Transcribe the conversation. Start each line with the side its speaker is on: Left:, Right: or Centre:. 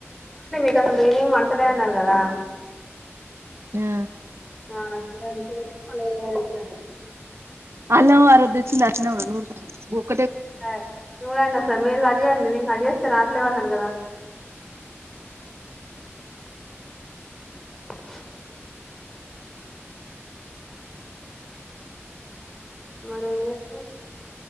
Centre: హలో రీడింగ్ బడుతలే అన్నారు గదా
Right: ఆ
Centre: ఆ అ మ <unintelligible>
Right: అల్లం ఆరోదెచ్చింది అట్నే ఉంది నూర్త
Centre: సార్ నువ్వే అన్నావ్ సార్ మీరు కట్ చేయండి నేను కట్ చేస్తా రాట్లేవన్నారు గదా <inaudible> మర ఏం చేస్తాం